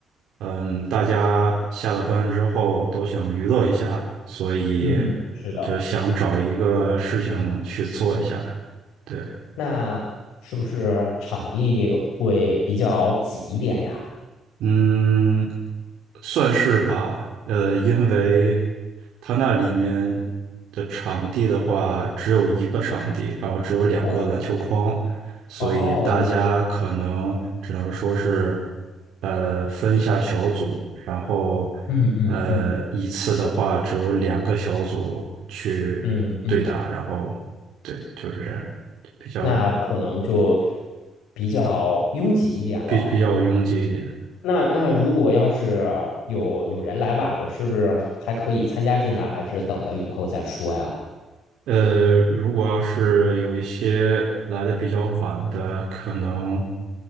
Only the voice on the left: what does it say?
嗯，是的。
那是不是场地会比较挤一点呀？
哦
哦，那这样。
嗯嗯嗯
嗯嗯，
那可能就比较拥挤一点了。
那那如果要是有有人来晚了，是不是还可以参加进来，还是等到以后再说呀？